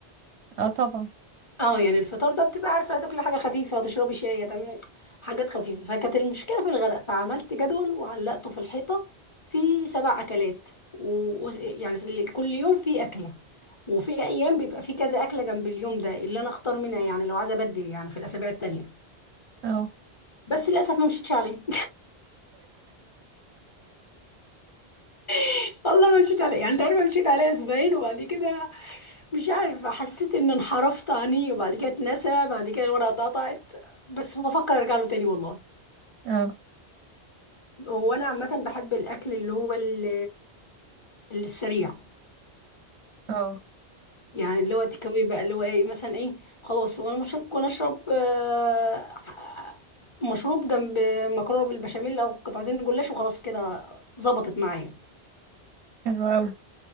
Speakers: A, on the right; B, on the left.
A: آه طبعا
B: اه يعني الفطار ده بتبقى عارفه هتاكلي حاجه خفيفه هتشربي شاي هتعملي حاجات خفيفه فكانت المشكله في الغداء فعملت جدول وعلقته في الحيطه في سبع اكلات و... و- يعني كل يوم في اكله وفي ايام بيبقى في كذا اكله جنب اليوم ده اللي انا اختار منها يعني لو عايزه ابدل يعني في الاسابيع التانيه
A: اه
B: بس للاسف ما مشيتش عليه <laughs> والله ما مشيت عليه يعني انت عارفه مشيت عليه اسبوعين وبعد كده مش عارفه حسيت ان انحرفت عني وبعد كده اتنسى بعد كده الورقه اتقطعت بس بفكر ارجع له تاني والله
A: اه
B: هو انا عامه بحب الاكل اللي هو ال- اللي السريع
A: اه
B: يعني اللي هو تكاوي بقى اللي هو ايه مثلا ايه خلاص وانا مش هكون اشرب آه، مشروب جنب مكرونه بالبشاميل او قطعتين جلاش وخلاص كده ظبطت معايا
A: حلو قوي